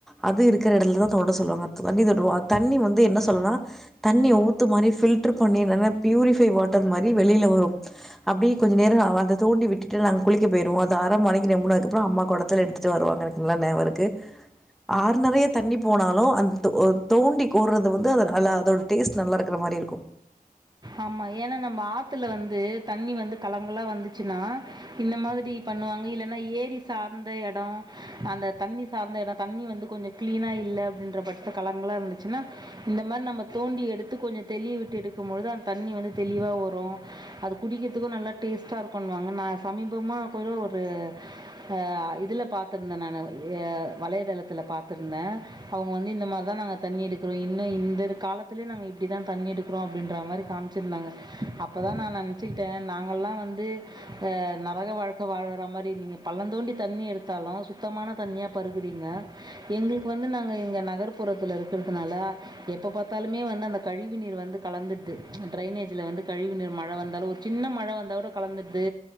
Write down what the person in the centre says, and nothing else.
அது இருக்கிற இடத்துலதா தோண்ட சொல்லுவாங்க அதுக்கு வண்டி தள்டுறுவோ அ தண்ணி வந்து என்ன சொல்லலுன்னா தண்ணிய ஊத்து மாரி ஃபில்டர் பண்ணி இல்லனா பியூரிஃபை வாட்டர் மாரி வெளில வரோ அப்டி கொஞ்சோ நேர நா வாழ்ந்தே தோண்டி விட்டுட்டு நாங்க குளிக்க போயிருவோ அது அரை மணிக்கு நம்ம முன்ன அதுக்கப்பறோ அம்மா குடத்துல எடுத்துட்டு வருவாங்க எனக்கு நல்லா ஞாபக இருக்கு ஆறு நெறைய தண்ணி போனாலோ அந் தோ தோண்டி கோற்றத வந்து அத நல அதோட டேஸ்ட் நல்லா இருக்கிற மாரி இருக்கோ